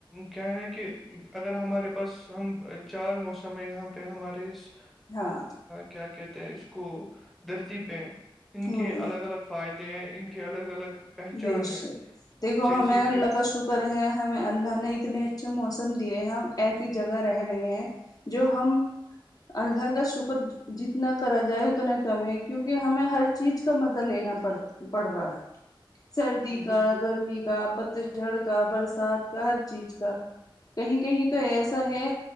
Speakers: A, in the centre; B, on the left.
A: کیا ہے ن کہ اگر ہمارے پاس چارو ہمیں یہاں پہ ہمارے اس
B: ہاں
A: کیا کہتے ہیں اس کو دھرتی پہ ان
B: ہوں
A: کے الگ الگ فائدے ہیں ان کے کے الگ الگ پہچان
B: بیش
A: ہے
B: دیکھو
A: جیسے
B: ہمیں
A: کہ
B: لکش کر ہے ہمیں اللہ نے اتنے اچھے موسم دیے ہیں ہم ایسی جگہ رہ رہے ہیں جو ہم اللہ کا شکر جتنا کرا جائے اتنا کم ہے کیونکہ ہمیں ہر چیز کا مزہ لینا پڑتا بڑھ رہا ہے سردی کا
A: بالکل
B: گرمی کا پتجھڑ کا برسات کا ہر چیز کا کہیں کہیں تو ایسا ہے